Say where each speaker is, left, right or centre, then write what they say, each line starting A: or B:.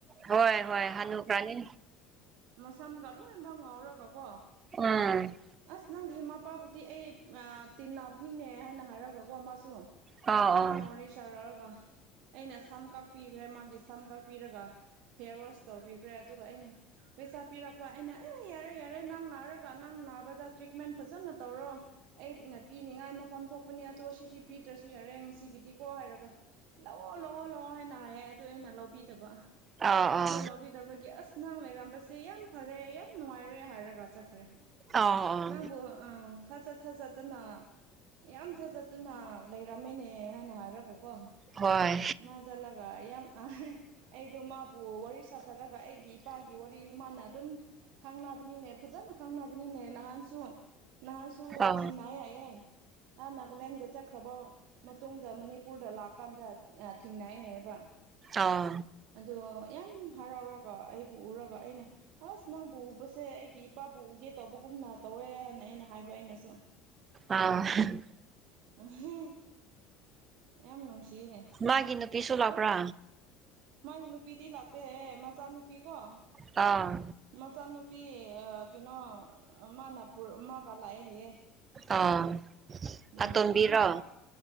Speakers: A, on the right; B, on the right.
A: ꯍꯣꯏ ꯍꯣꯏ ꯍꯅꯨꯈꯔꯥꯅꯤ
B: ꯃꯁꯝꯒ ꯂꯣꯏꯃꯛ ꯉꯧꯎꯔꯒ ꯀꯣ
A: ꯎꯝ
B: ꯑꯁ ꯅꯪꯒꯤ ꯃꯄꯥꯕꯨꯗꯤ ꯑꯩ ꯑꯥ ꯇꯤꯟꯅ ꯕꯅꯤꯅꯦ ꯍꯥꯏꯅ ꯍꯥꯏꯔꯒꯀꯣ ꯃꯥꯁꯨ ꯑꯗꯨꯃꯥꯏꯅ
A: ꯑꯥ ꯑꯥ
B: ꯋꯥꯔꯤ ꯁꯥꯔꯛꯑꯒ ꯑꯩꯅ ꯁꯝ ꯀꯛꯄꯤꯈ꯭ꯔꯦ ꯃꯥꯒꯤ ꯁꯝ ꯀꯛꯄꯤꯔꯒ ꯍꯤꯌꯔ ꯋꯥꯁ ꯇꯧꯕꯤꯈ꯭ꯔꯦ ꯑꯗꯨꯒ ꯑꯩꯅ ꯄꯩꯁꯥ ꯄꯤꯔꯛꯄ ꯑꯩꯅ ꯑꯦ ꯌꯥꯔꯦ ꯌꯥꯔꯦ ꯅꯪ ꯅꯥꯔꯒ ꯅꯪ ꯅꯥꯕꯗ ꯇ꯭ꯔꯤꯠꯃꯦꯟ ꯐꯖꯅ ꯇꯧꯔꯣ ꯑꯩꯞ ꯃꯤꯅ ꯄꯤꯅꯤꯡꯉꯥꯏ ꯃꯐꯝ ꯊꯣꯛꯄꯅꯦ ꯑꯗꯣ ꯁꯤꯗꯤ ꯄꯤꯗ꯭ꯔꯁꯨ ꯌꯥꯔꯦ ꯉꯁꯤꯒꯤꯗꯤꯀꯣ ꯍꯥꯏꯔꯒ ꯂꯧꯑꯣ ꯂꯧꯑꯣ ꯂꯧꯑꯣ ꯍꯥꯏꯅ ꯍꯥꯏꯌꯦ ꯑꯗꯨ ꯑꯩꯅ ꯂꯧꯕꯤꯗꯕ
A: ꯑꯥ ꯑꯥ
B: ꯑꯗꯣ ꯂꯧꯕꯤꯗꯕꯒꯤ ꯑꯁ ꯅꯪ ꯂꯩꯔꯝꯕꯁꯦ ꯌꯥꯝ ꯐꯔꯦ ꯌꯥꯝ ꯅꯨꯡꯉꯥꯏꯔꯦ ꯍꯥꯏꯔꯒ ꯆꯠꯈ꯭ꯔꯦ
A: ꯑꯥ ꯑꯥ
B: ꯅꯪꯕꯨ ꯑꯥ ꯊꯥꯆ ꯊꯥꯆꯠꯇꯅ ꯌꯥꯝ ꯊꯥꯖꯠꯇꯅ ꯂꯩꯔꯝꯃꯦꯅꯦ ꯍꯥꯏꯅ ꯍꯥꯏꯔꯒ ꯀꯣ
A: ꯍꯣꯏ
B: ꯃꯥꯏ ꯆꯠꯂꯒ ꯑ ꯌꯥꯝ ꯑꯍꯥ ꯑꯩꯗꯣ ꯃꯥꯕꯨ ꯋꯥꯔꯤ ꯁꯥꯊꯔꯒ ꯑꯩꯒꯤ ꯏꯄꯥꯒꯤ ꯋꯥꯔꯤ ꯃꯥꯅ ꯑꯗꯨꯝ ꯈꯪꯅꯕꯅꯤꯅꯦ ꯐꯖꯅ ꯈꯪꯅꯕꯅꯤꯅꯦ ꯅꯍꯥꯟꯁꯨ ꯅꯍꯥꯟꯁꯨ
A: ꯑꯥ
B: ꯊꯦꯡꯅꯩ ꯍꯥꯏꯌꯦ ꯑꯥ ꯅꯥꯒꯥꯂꯦꯟꯗ ꯆꯠꯈ꯭ꯔꯕ ꯃꯇꯨꯡꯗ ꯃꯅꯤꯄꯨꯔꯗ ꯂꯥꯛꯑꯀꯥꯟꯗ ꯊꯦꯡꯅꯩ ꯍꯥꯏꯕ
A: ꯑꯥ
B: ꯑꯗꯣ ꯌꯥꯝ ꯍꯔꯥꯎꯔꯒ ꯑꯩꯕꯨ ꯎꯔꯒ ꯑꯩꯅ ꯑꯁ ꯅꯪꯕꯨ ꯎꯕꯁꯦ ꯑꯩꯒꯤ ꯏꯄꯥꯕꯨ ꯎꯒꯦ ꯇꯧꯕꯒꯨꯝꯅ ꯇꯧꯋꯦ ꯍꯥꯏꯅ ꯑꯩꯅ ꯍꯥꯏꯕ ꯑꯩꯅꯁꯨ
A: ꯑꯥ ꯍꯥ ꯍꯥ
B: ꯎꯝꯍꯨꯝ ꯌꯥꯝ ꯅꯨꯡꯁꯤꯌꯦꯅꯦ꯫
A: ꯃꯥꯒꯤ ꯅꯨꯄꯤꯁꯨ ꯂꯥꯛꯄ꯭ꯔꯥ?
B: ꯄꯨꯔꯥ ꯃꯥꯒꯤ ꯅꯨꯄꯤꯗꯤ ꯂꯥꯛꯇꯦꯍꯦ ꯃꯆꯥꯅꯨꯄꯤ ꯀꯣ
A: ꯑꯥ
B: ꯃꯆꯥ ꯅꯨꯨꯄꯤ ꯑꯥ ꯀꯩꯅꯣ ꯑ ꯃꯥꯅꯥ ꯄꯨꯔ ꯃꯒꯥ ꯂꯥꯛꯑꯦ ꯍꯥꯏꯌꯦ꯫
A: ꯑꯥ
B: ꯎꯝ
A: ꯑꯇꯣꯝꯕꯤꯔꯣ
B: ꯑꯗꯨꯒ